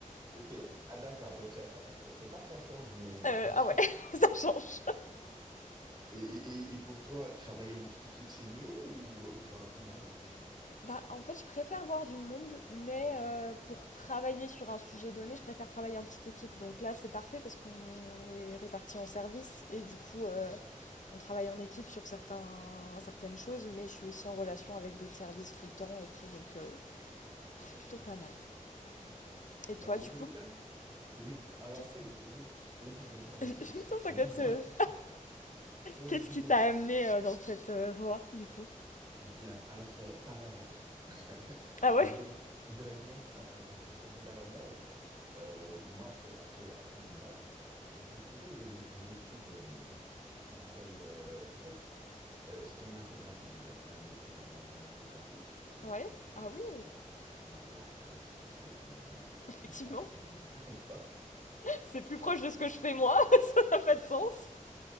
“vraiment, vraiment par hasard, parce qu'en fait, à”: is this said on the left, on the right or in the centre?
Right